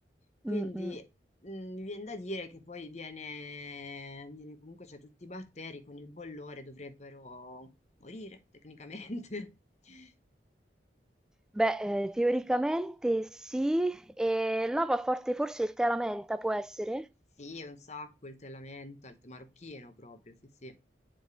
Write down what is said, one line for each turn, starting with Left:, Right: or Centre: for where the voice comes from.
Left: Quindi
Centre: Mm, mm.
Left: mm, mi viene da dire che poi viene, viene comunque, cioè tutti i batteri con il bollore dovrebbero morire tecnicamente. <laughs>
Centre: Beh, ehm, teoricamente sì, e lava forte forse il tè alla menta, può essere?
Left: Sì, un sacco il tè lamenta, il tè marocchino proprio, sì, sì.